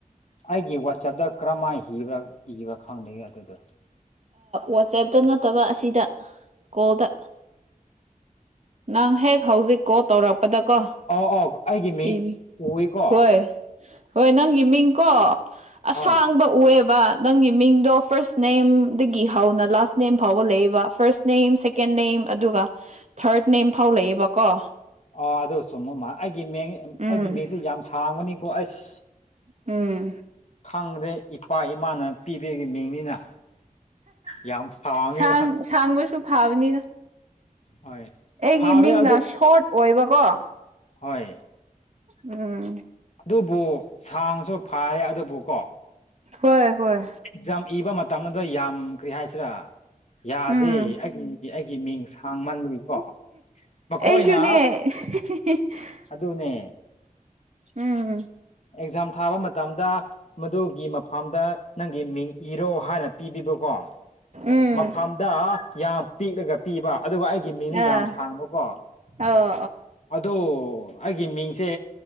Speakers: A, on the left; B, on the right.
A: ꯑꯩꯒꯤ ꯋꯥꯆꯦꯞꯇ ꯀꯔꯝꯥꯏꯅꯕ ꯏꯕ꯭ꯔꯥ ꯈꯪꯗꯦ ꯑꯗꯨꯗꯣ
B: ꯋꯥꯆꯦꯞꯇ ꯅꯠꯇꯕ ꯑꯁꯤꯗ ꯀꯣꯜꯗ ꯅꯪ ꯍꯦꯛ ꯍꯧꯖꯤꯛ ꯀꯣꯜ ꯇꯧꯔꯛꯄꯗꯀꯣ
A: ꯑꯧ ꯑꯧ ꯑꯩꯒꯤ ꯃꯤꯡ
B: ꯏꯕꯤ
A: ꯎꯏꯀꯣ
B: ꯍꯣꯏ ꯍꯣꯏ ꯅꯪꯒꯤ ꯃꯤꯡꯀꯣ ꯑꯁꯥꯡꯕ
A: ꯍꯣꯏ
B: ꯎꯑꯦꯕ ꯅꯪꯒꯤ ꯃꯤꯡꯗꯣ ꯐꯥꯔꯁ ꯅꯦꯝꯗꯒꯤ ꯍꯧꯅ ꯂꯥꯁ ꯅꯦꯝ ꯐꯥꯎꯕ ꯂꯩꯕ ꯐꯥꯔꯁ ꯅꯦꯝ ꯁꯦꯀꯦꯟ ꯅ ꯑꯗꯨꯒ ꯊꯥꯔꯠ ꯅꯦꯝ ꯐꯥꯎ ꯂꯩꯌꯦꯕꯀꯣ
A: ꯑ ꯑꯗꯨ ꯆꯨꯝꯕ ꯃꯥ ꯑꯩꯒꯤ ꯃꯤꯡ
B: ꯎꯝ
A: ꯑꯩꯒꯤ ꯃꯤꯡꯁꯦ ꯌꯥꯝ ꯁꯥꯡꯕꯅꯤꯀꯣ ꯑꯁ
B: ꯎꯝ
A: ꯈꯪꯗ꯭ꯔꯦ ꯏꯄꯥ ꯏꯃꯥꯅ ꯄꯤꯕꯒꯤ ꯃꯤꯡꯅꯤꯅ ꯌꯥꯝ ꯁꯥꯡꯉꯦꯕ
B: ꯁ ꯁꯥꯡꯕꯁꯨ ꯐꯥꯕꯅꯤꯅ
A: ꯍꯣꯏ
B: ꯑꯩꯒꯤ
A: ꯐꯕꯅꯦ
B: ꯃꯤꯡꯅ
A: ꯑꯗꯨ
B: ꯁꯣꯔꯠ ꯑꯣꯏꯕꯀꯣ
A: ꯍꯣꯏ
B: ꯎꯝ
A: ꯑꯗꯨꯕꯨ ꯁꯥꯡꯁꯨ ꯐꯔꯦ ꯑꯗꯨꯕꯨꯀꯣ
B: ꯍꯣꯏ ꯍꯣꯏ
A: ꯑꯦꯛꯖꯝ ꯏꯕ ꯃꯇꯝꯗ ꯌꯥꯝ ꯀꯔꯤ ꯍꯥꯏꯁꯤꯔꯥ ꯌꯥꯗꯦ
B: ꯎꯝ
A: ꯑꯩꯒꯤ ꯑꯩꯒꯤ ꯃꯤꯡ ꯁꯥꯡꯃꯟꯕꯒꯤꯀꯣ ꯃꯈꯣꯏꯅ
B: ꯑꯩꯁꯨꯅꯦ <unintelligible>
A: ꯑꯗꯨ ꯑꯗꯨꯅꯦ
B: ꯎꯝꯝ
A: ꯑꯦꯛꯖꯥꯝ ꯊꯥꯕ ꯃꯇꯝꯗ ꯃꯗꯨꯒꯤ ꯐꯥꯔꯝꯗ ꯅꯪꯒꯤ ꯃꯤꯡ ꯏꯔꯣ ꯍꯥꯏꯅ ꯄꯤꯕꯤꯕꯀꯣ
B: ꯎꯝ
A: ꯃꯐꯝꯗ ꯌꯥꯝ ꯄꯤꯛꯂꯒ ꯄꯤꯕ ꯑꯗꯨꯒ ꯑꯩꯒꯤ ꯃꯤꯅ ꯌꯥꯝ
B: ꯑꯥ
A: ꯁꯥꯡꯕꯀꯣ
B: ꯑꯣ
A: ꯑꯣ ꯑꯩꯒꯤ ꯃꯤꯡꯁꯦ